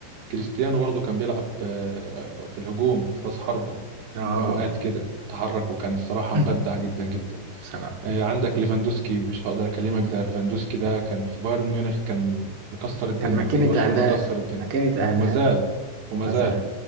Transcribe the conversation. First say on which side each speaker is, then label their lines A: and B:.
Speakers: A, on the right; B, on the right.
A: كريستيانو برضو كان بيلعب آه، في الهجوم في راس حربة
B: اه
A: في أوقات كده تحرك وكان الصراحة
B: <laughs>
A: مبدع جدا جدا
B: بصراحة
A: آه، عندك ليفاندوسكي مش هقدر أكلمك ده ليفاندوسكي ده كان في بايرن ميونخ كان مكسر الدنيا
B: كان ماكينة
A: وجه برشلونة
B: أهداف
A: كسر الدنيا
B: ماكينة
A: ومازال
B: أهداف
A: ومازال
B: مزاج